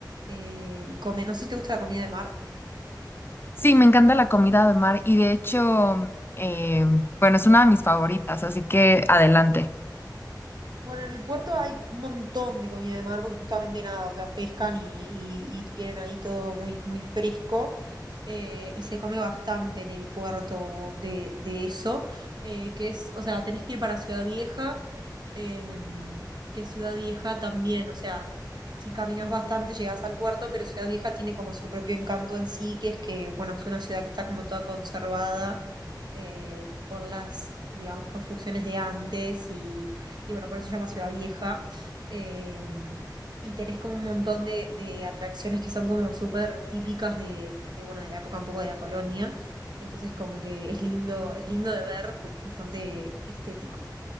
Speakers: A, on the right; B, on the left.
A: eh, y come. No sé si te gusta la comida de mar.
B: Sí, me encanta la comida de mar y de hecho, em, bueno, es una de mis favoritas, así que adelante.
A: Bueno, en el puerto hay un montón de comida de mar porque justamente nada, o sea, pescan y, y- y tienen ahí todo muy, muy fresco eh, y se come bastante en el puerto de, de eso, eh, que es, o sea, tenés que ir para Ciudad Vieja, eh, que Ciudad Vieja también, o sea, si caminas bastante llegás al puerto, pero Ciudad Vieja tiene como su propio encanto en sí, que es que, bueno, es una ciudad que está como toda conservada eh, con las, digamos, construcciones de antes y bueno, por eso se llama Ciudad Vieja. Eh, y tenés como un montón de, de atracciones que son como súper típicas de, de, bueno, de la época un poco de la colonia. Entonces como que es lindo, es lindo de ver porque es bastante estético.